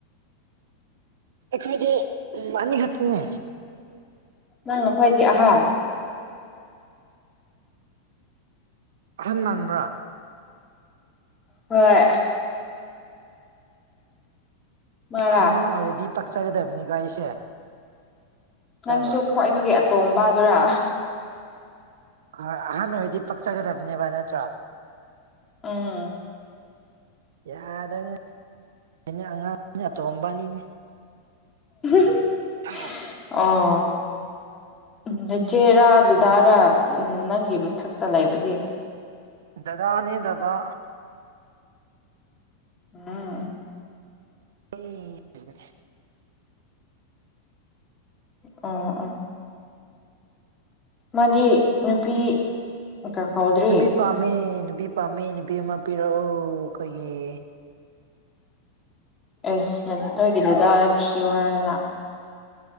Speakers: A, on the right; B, on the left.
A: ꯑꯩꯈꯣꯏꯗꯤ ꯎꯝ ꯑꯅꯤ ꯈꯠꯇꯅꯦ
B: ꯅꯪꯅ ꯈ꯭ꯋꯥꯏꯒꯤ ꯑꯍꯟ
A: ꯑꯍꯟ ꯃꯥꯟꯕ꯭ꯔꯥ
B: ꯍꯣꯏ ꯃꯥꯔꯥ
A: ꯑꯍꯟ ꯑꯣꯏꯔꯗꯤ ꯄꯛꯆꯒꯗꯕꯅꯤꯀꯣ ꯑꯩꯁꯦ
B: ꯅꯪꯁꯨ
A: ꯇꯥꯕ꯭ꯔꯣ
B: ꯈ꯭ꯋꯥꯏꯗꯒꯤ ꯑꯇꯣꯝꯕꯗꯨꯔꯥ
A: ꯑꯍꯣꯏ ꯑꯍꯟ ꯑꯣꯏꯔꯗꯤ ꯄꯛꯆꯒꯗꯝꯅꯦꯕ ꯅꯠꯇ꯭ꯔꯣ
B: ꯎꯝ
A: ꯌꯥꯗꯝꯅꯤ <unintelligible> ꯑꯇꯣꯝꯕꯅꯤꯅꯦ
B: <unintelligible>
A: <unintelligible>
B: ꯑꯣ ꯎꯝ ꯅꯆꯦꯔꯥ ꯗꯗꯥꯔꯥ ꯎꯝ ꯅꯪꯒꯤ ꯃꯊꯛꯇ ꯂꯩꯕꯗꯤ
A: ꯗꯗꯥꯅꯦ ꯗꯗꯥ
B: ꯎꯝ
A: <unintelligible>
B: ꯑꯣ ꯑꯣ ꯃꯥꯗꯤ ꯅꯨꯄꯤ ꯀꯥ ꯀꯧꯗ꯭ꯔꯤ
A: ꯅꯨꯄꯤ ꯄꯥꯝꯃꯦ ꯅꯨꯄꯤ ꯄꯥꯝꯃꯦ ꯅꯨꯄꯤ ꯑꯃꯥ ꯄꯤꯔꯛꯑꯣ ꯈꯣꯏꯒꯤ
B: ꯑꯦꯁ ꯅ ꯅꯣꯏꯒꯤ ꯗꯥꯗꯥ ꯊꯤꯌꯣ ꯍꯥꯏꯔꯣꯅ